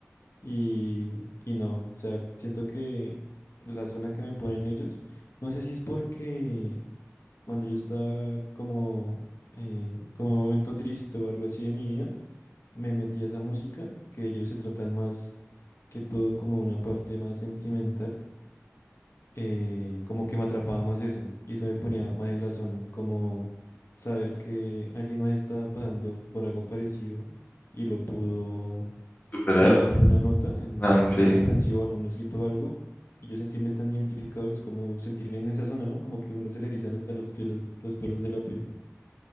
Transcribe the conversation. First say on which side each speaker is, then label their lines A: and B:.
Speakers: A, on the left (about 60°); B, on the left (about 35°).
A: y, y no, o sea, siento que la zona que me ponen ellos, no sé si es porque cuando yo estaba como, eh, como en un momento triste o algo así de mi vida, me metí a esa música que ellos se tratan más que todo como una parte más sentimental eh, como que me atrapaba más eso y eso me ponía más en la zona, como saber que alguien más estaba pasando por algo parecido y lo pudo
B: superar.
A: poner en una nota, en,
B: Ah, aunque
A: en una canción, un escrito o algo, y yo sentirme tan identificado es como sentirme en esa zona, ¿no? Como que uno se le erizan hasta los pelos, los pelos de la piel